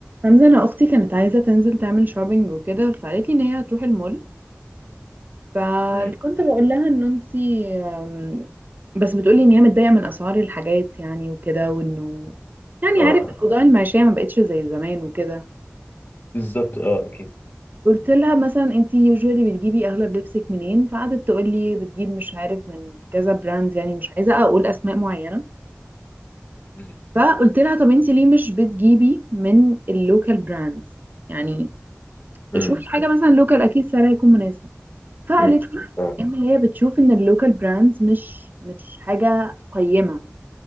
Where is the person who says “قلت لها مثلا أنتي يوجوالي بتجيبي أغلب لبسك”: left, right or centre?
Right